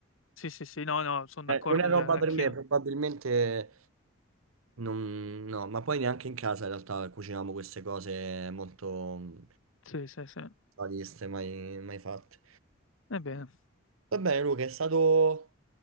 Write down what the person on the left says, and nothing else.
Sì, sì, sì, no, no, sono
d'accordo,
cioè, anch'io.
Sì, sì, sì.
Ebbene,